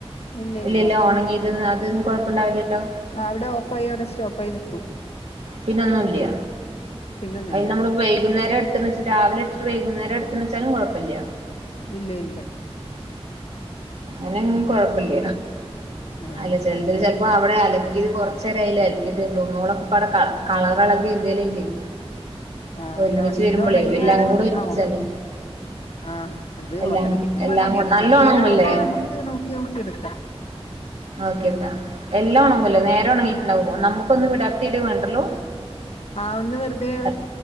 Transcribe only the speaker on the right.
ഇല്ലല്ലോ
ഒണങ്ങിയതന്ന് അതൊന്നും കൊഴപ്പം ഉണ്ടാവില്ലല്ലോ
പിന്നൊന്നുല്ല്യ
അതി നമ്മള് വൈകുന്നേരം എടുത്തുന്ന് വെച്ച് രാവിലെ ഇട്ട് വൈകുന്നരം എടുത്തുന്നു വെച്ചാലും കുഴപ്പില്ല
അങ്ങനെ
കൊഴപ്പില്ല
അല്ല ചില ഇതി ചിലപ്പോം അവിടെ അലക്കിയത് കുറച്ച നേരായിൽ അലക്കിയിട്ട് തണൂളൊക്കെ പടകളാം കളർളകി എന്തേലെങ്കിൽ
ഒരുമിച്ച്
വരുമ്പോളയോ
എല്ലാം
കൂടെ ഒരുമിച്ചല്ലേ
എല്ലാം
എല്ലാം
കൂടെ നല്ല
ഉണങ്ങുവല്ലേ
ഓക്കെതാ എല്ലാം ഉണങ്ങുമല്ലോ
നേരെ ഉണങ്ങിട്ടുണ്ടാവ പോകോ നമുക്കൊന്ന് വിടർത്തിയിട്ട് വേണ്ടല്ലോ
അത്